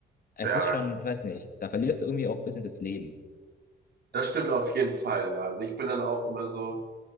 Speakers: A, on the left; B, on the right.
A: es
B: ja,
A: ist schon, ich weiß nicht, da verlierst du irgendwie auch ein bisschen das Leben.
B: das stimmt auf jeden Fall. Ja. Also ich bin dann auch immer so.